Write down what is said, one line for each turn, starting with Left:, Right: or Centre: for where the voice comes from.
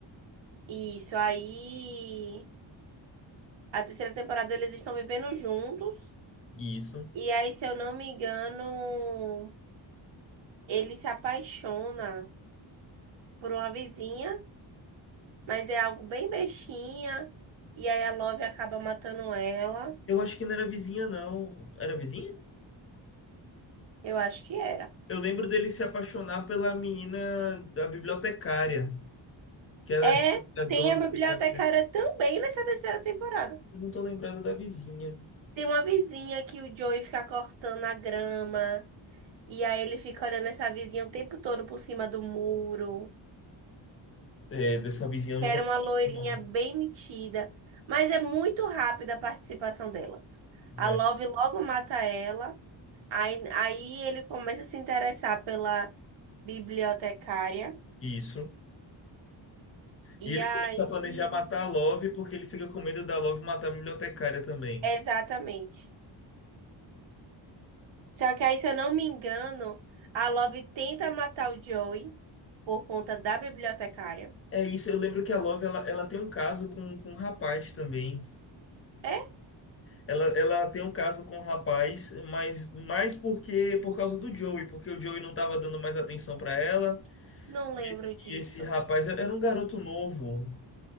Right: Isso. Aí, a terceira temporada eles estão vivendo juntos.
Left: Isso.
Right: E aí, se eu não me engano, ele se apaixona por uma vizinha, mas é algo bem bestinha. E aí, a Love acaba matando ela.
Left: Eu acho que não era vizinha, não. Era vizinha?
Right: Eu acho que era.
Left: Eu lembro dele se apaixonar pela menina da bibliotecária, que era
Right: É,
Left: a dona
Right: tem a bibliotecária
Left: da bibliotecária.
Right: também nessa terceira temporada.
Left: Eu não tô lembrado da vizinha.
Right: Tem uma vizinha que o Joey fica cortando a grama. E aí ele fica olhando essa vizinha o tempo todo por cima do muro.
Left: É, dessa vizinha eu
Right: Que
Left: não
Right: era
Left: tô lembrado,
Right: uma loirinha
Left: não,
Right: bem metida. Mas é muito rápida a participação dela. A
Left: né?
Right: Love logo mata ela. Aí, aí ele começa a se interessar pela bibliotecária.
Left: Isso. E
Right: E
Left: ele
Right: aí.
Left: começa a planejar matar a Love porque ele fica com medo da Love matar a bibliotecária também.
Right: Exatamente. Só que aí, se eu não me engano, a Love tenta matar o Joey por conta da bibliotecária.
Left: É isso, eu lembro que a Love ela, ela tem um caso com, com um rapaz também.
Right: É?
Left: Ela, ela tem um caso com um rapaz, mas mais porque por causa do Joey, porque o Joey não tava dando mais atenção pra ela.
Right: Não lembro
Left: E esse,
Right: disso.
Left: e esse rapaz era era um garoto novo.